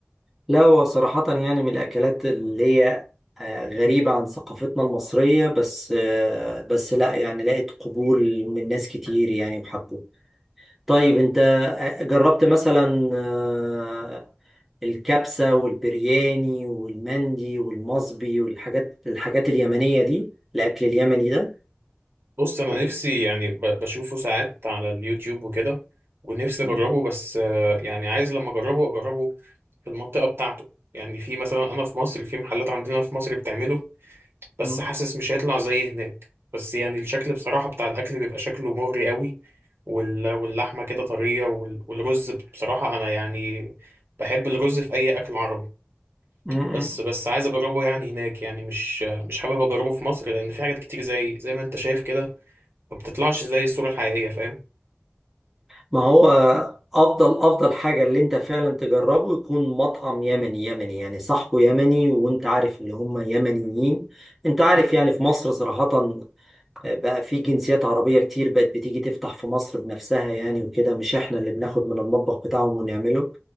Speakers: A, in the centre; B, on the right (about 80°).
A: لا هو صراحة يعني من الأكلات اللي هي آه، غريبة عن ثقافتنا المصرية بس آه، بس لا يعني لقيت قبول من ناس كتير يعني وحبوه طيب أنت آه، جربت مثلا آه، الكبسة والبرياني والمندي والمصبي والحاجات الحاجات اليمنية دي الأكل اليمني ده؟
B: بص انا نفسي يعني ب- بشوفه ساعات على اليوتيوب وكده ونفسي اجربه
A: نعم.
B: بس آه، يعني عايز لما اجربه اجربه في المنطقه بتاعته يعني في مثلا انا في مصر في محلات عندنا في مصر بتعمله بس
A: مم.
B: حاسس مش هيطلع زي هناك بس يعني الشكل بصراحه بتاع الاكل بيبقى شكله مغري قوي وال- واللحمه كده طريه وال- والرز بصراحه انا يعني بحب الرز في اي اكل عربي
A: مم.
B: بس بس عايز اجربه يعني هناك يعني مش مش حابب اجربه في مصر لان في حاجات كتير زي زي ما انت شايف كده ما بتطلعش زي الصورة الحقيقية فاهم
A: ما هو افضل افضل حاجه اللي انت فعلا تجربه يكون مطعم يمني يمني يعني صاحبه يمني وانت عارف اللي هم يمنيين انت عارف يعني في مصر صراحه آه، بقى في جنسيات عربيه كتير بقت بتيجي تفتح في مصر بنفسها يعني وكده مش احنا اللي بناخد من المطبخ بتاعهم ونعمله